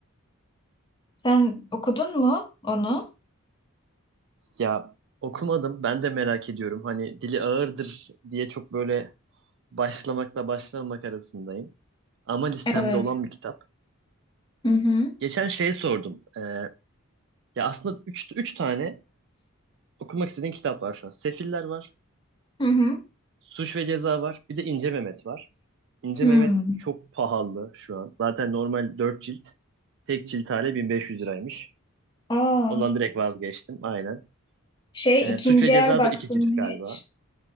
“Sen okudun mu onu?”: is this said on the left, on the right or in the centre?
Left